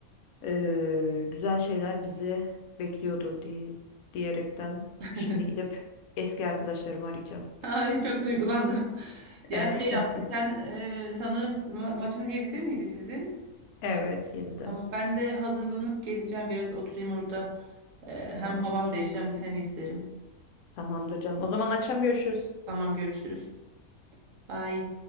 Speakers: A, on the left (about 75°); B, on the right (about 65°).
A: eee, güzel şeyler bizi bekliyordur diye diyerekten
B: <laughs>
A: şimdi gidip eski arkadaşlarımı arayacağım.
B: Ay çok duygulandım. Ya
A: <laughs>
B: şey yap, sen eee, sanırım ma maçınız 7'de miydi sizin?
A: Evet, 7'de.
B: Ama ben de hazırlanıp geleceğim biraz oturayım orada. Eee, hem
A: Tamamdır.
B: havam değişir hem de seni izlerim.
A: Tamamdır canım. O zaman akşam görüşürüz.
B: Tamam görüşürüz. Bye.